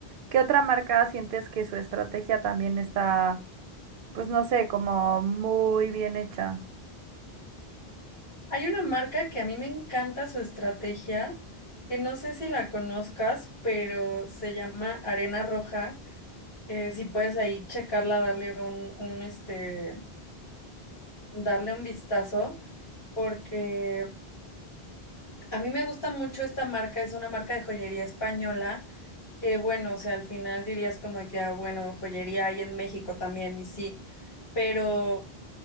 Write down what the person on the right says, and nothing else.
¿Qué otra marca sientes que su estrategia también está, pues no sé, como muy bien hecha?